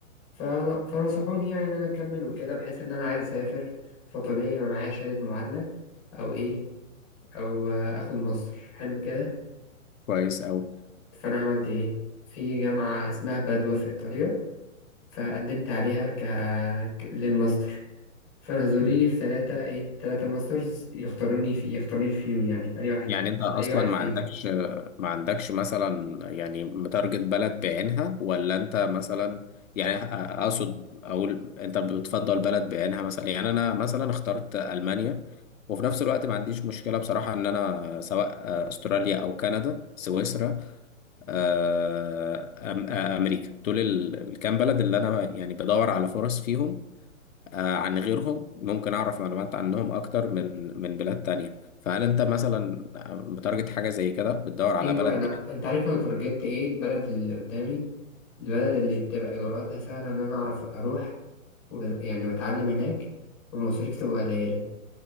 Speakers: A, in the centre; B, on the left (about 65°).
A: فأنا- فنصحوني يعني ان انا اكمل وكده بحيث ان انا عايز اسافر فطبيعي يبقى معايا شهاده معادله او ايه او آه، اخد ماستر حلو كده
B: كويس قوي
A: فانا عملت ايه في جامعه اسمها بادوا في ايطاليا فقدمت عليها ك... ك- للماستر فنزلوا لي في ثلاثة ايه ثلاثة ماسترز يختاروني في يختاروني فيهم يعني في اي واحد
B: يعني انت اصلا
A: اي واحد
B: ما
A: فيهم
B: عندكش ما عندكش مثلا يعني متارجت بلد بعينها ولا انت مثلا يعني اقصد اقول انت بتفضل بلد بعينها مثلا يعني انا مثلا اخترت المانيا وفي نفس الوقت ما عنديش مشكلة بصراحة ان انا سواء استراليا او كندا سويسرا آه، أم- آه، امريكا دول ال- الكام بلد اللي انا يعني بدور على فرص فيهم آه، عن غيرهم ممكن أعرف معلومات عنهم أكتر من من بلاد تانية فهل أنت مثلا بتارجت حاجة زي كده بتدور على
A: ايوه
B: بلد
A: انا
B: بعيد
A: انت عارف انا ترجت ايه البلد اللي قدامي البلد اللي تبقى اجراءاتها سهلة ان انا اعرف اروح و... يعني واتعلم هناك والمصاريف تبقى قليلة